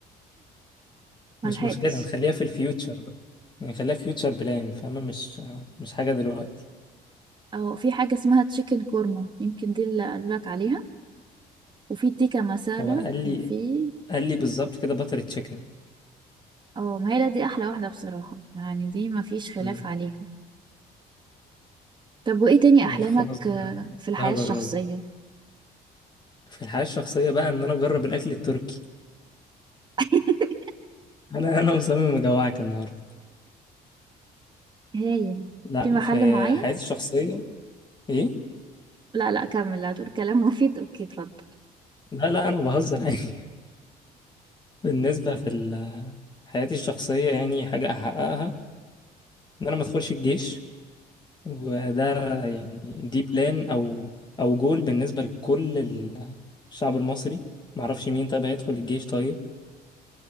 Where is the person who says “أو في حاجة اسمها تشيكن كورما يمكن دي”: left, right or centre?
Right